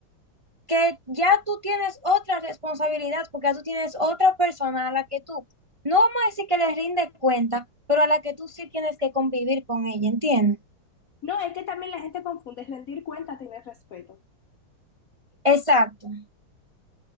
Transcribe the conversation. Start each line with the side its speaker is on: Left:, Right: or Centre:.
Right: que ya tú tienes otra responsabilidad, porque ya tú tienes otra persona a la que tú, no vamos a decir que les rinde cuenta, pero a la que tú sí tienes que convivir con ella, ¿entiendes?
Left: No, es que también la gente confunde rendir cuentas, tener respeto.
Right: Exacto,